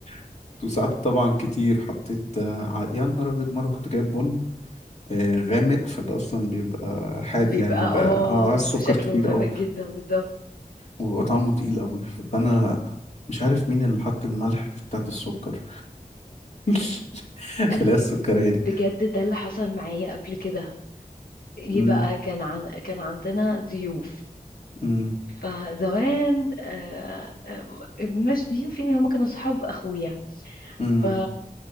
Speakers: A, on the left; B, on the left.
A: <laughs> وساعات طبعا كتير حطيت آه، ع- يا نهار ابيض مره كنت جايب بن آه، غامق فده اصلا بيبقى حاد
B: بيبقى
A: يعني بيبقى
B: اه
A: اه آه، السكر
B: شكله
A: كتير
B: غامق
A: قوي
B: جدا بالظبط
A: وبيبقى طعمه تقيل قوي فانا مش عارف مين اللي حط الملح بتاعت السكر <laughs>
B: أت-
A: تلاقي السكرية دي
B: بجد ده اللي حصل معايا قبل كده يبقى
A: امم
B: كان عن... كان عندنا ضيوف
A: امم
B: فزمان آه، آه، مش ضيوف يعني هم كانوا صحاب اخويا
A: امم
B: ف